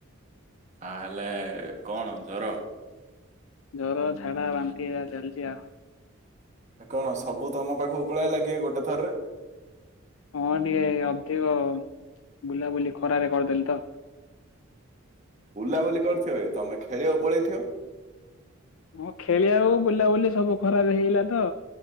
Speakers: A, on the right (about 35°); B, on the left (about 75°).
A: ଆ ହେଲେ କଣ ଜର।
B: ଜର ଝାଡା ବାନ୍ତି ଏଇଆ ଚାଲିଛି ଆଉ।
A: ଏ କଣ ସବୁ ତମ ପାଖକୁ ପଲାଇଲା କିଏ ଗୋଟେ ଥରରେ?
B: ହଁ, ଟିକେ ଅଧିକ ବୁଲାବୁଲି ଖରାରେ କରିଦେଲି ତ!
A: ବୁଲାବୁଲି କରିୁଥିବ ବେ, ତମେ ଖେଳିବାକୁ ପଳେଇଥିବ!
B: ହଁ, ଖେଳିଆକୁ ବୁଲାବୁଲି ସବୁ ଖରାରେ ହେଇଗଲା ତ,